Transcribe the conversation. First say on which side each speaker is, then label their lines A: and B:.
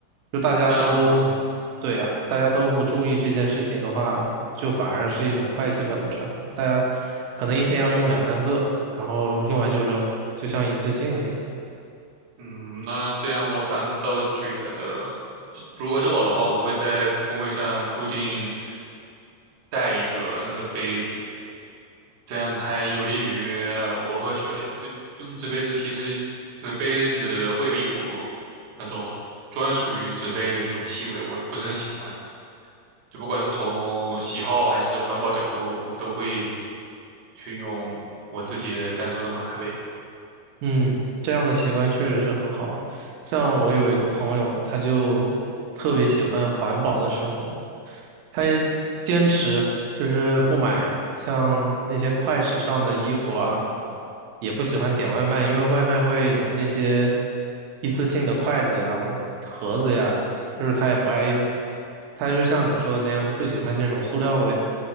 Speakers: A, on the right; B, on the right.
A: 就大家都，
B: 那
A: 对呀，大家都不注意这件事情的话，就反而是一种坏习惯的传播。大家可能一天要用两三个，然后用完就扔，就像一次性的一样。
B: 嗯，那这样我反倒觉得，就如果是我的话，我会在工位上固定带一个那个杯子。这样还有利于我喝水。就用纸杯子，其实纸杯子会有一股那种专属于纸杯的一种气味，我不是很喜欢。就不管是从喜好还是环保角度，我都会去用我自己单独的马克杯。
A: 嗯，这样的习惯确实是很好的像我有一个朋友，他就特别喜欢环保的生活，他也坚持就是不买，像那些快时尚的衣服啊，也不喜欢点外卖，因为外卖会有那些一次性的筷子呀、不盒子呀，就是他也不爱用。他就像你说的那样，就不喜欢那种塑料味。